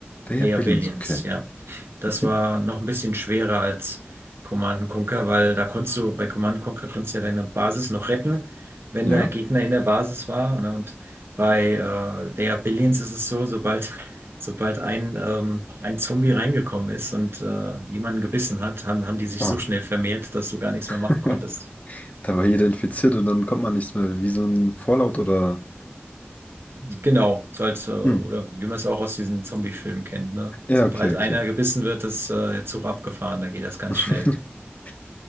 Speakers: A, on the left; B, on the right.
A: der
B: League
A: Billions,
B: of Aliens,
A: okay.
B: ja. Das
A: Mhm.
B: war noch ein bisschen schwerer als Command and Conquer, weil da konntest du, bei Command and Conquer konntest du ja deine Basis noch retten, wenn
A: Ja,
B: der Gegner in der Basis war. Ne? Und bei äh, League of Aliens ist es so, sobald, <laughs> sobald ein, ähm, ein Zombie reingekommen ist und äh, jemanden gebissen hat, haben, haben die sich
A: oh.
B: so schnell vermehrt, dass du gar nichts mehr machen
A: <laughs>
B: konntest.
A: Da war jeder infiziert und dann kommt man nichts mehr, wie so ein Fallout oder...
B: Genau, so als, äh, oder
A: Hm.
B: wie man es auch aus diesen Zombie-Filmen kennt, ne?
A: Ja,
B: Sobald
A: okay,
B: einer
A: okay.
B: gebissen wird, ist äh, der Zug abgefahren, da geht das ganz
A: <laughs>
B: schnell.